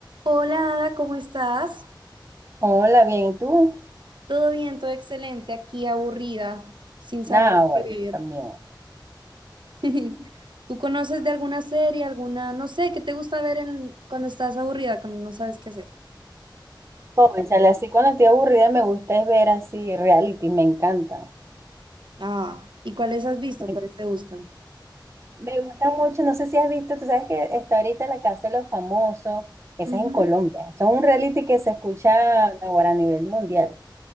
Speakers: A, on the right (about 70°); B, on the right (about 35°).
A: Hola, Ada, ¿cómo estás?
B: Hola, bien, ¿y tú?
A: Todo bien, todo excelente, aquí aburrida, sin saber
B: Nada, bueno,
A: qué ver.
B: yo también.
A: <laughs> ¿Tú conoces de alguna serie, alguna, no sé, qué te gusta ver en- cuando estás aburrida, cuando no sabes qué hacer?
B: Cónchale, así cuando estoy aburrida me gusta es ver así reality, me encantan.
A: Ah, ¿y cuáles has visto?
B: Me,
A: ¿Cuáles te gustan?
B: me gustan mucho, no sé si has visto, tú sabes que está ahorita La Casa de los Famosos, esa
A: Ujú.
B: es en Colombia. Son un reality que se escucha ahora a nivel mundial.